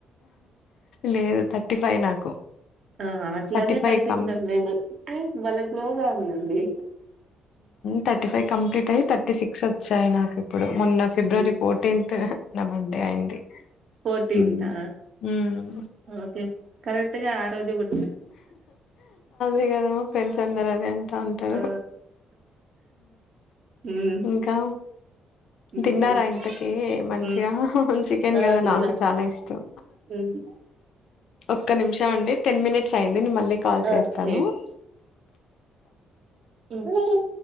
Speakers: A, on the left; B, on the right.
A: లేదు థర్టీ ఫైవ్ నాకు
B: ఆ అట్లానే
A: థర్టీ ఫైవ్
B: కనిపించడం
A: కం
B: నేను వాళ్ళ గ్లోగా ఉందండి
A: థర్టీ ఫైవ్ కంప్లీట్ అ థర్టీ సిక్స్ వచ్చాయి నాకు ఇప్పుడు మొన్న ఫిబ్రవరి
B: హ్మ్
A: ఫోర్టీన్త్ నా బర్త్డే అయింది
B: పోటీంతా
A: ఉమ్ ఉమ్.
B: ఓకే కరెక్ట్గా ఆ రోజు
A: అేగదమ్ మా ఫ్రెండ్స్ అందరు అదే అంత అంటా ఉంటారు
B: ఆ హ్మ్
A: ఇంకా
B: హ్మ్
A: తిన్నారా ఇంతకి మంచిగా
B: హ్మ్
A: చికెన్
B: ఆ
A: కదా
B: తిన్నాం.
A: నాకు చాలా ఇష్టం
B: హ్మ్
A: ఒక్క నిమిషం అండి టెన్ మినిట్స్ అయింది నే మళ్ళీ కాల్
B: ఆ
A: చేస్తానుం
B: చేయండి హ్మ్ హ్మ్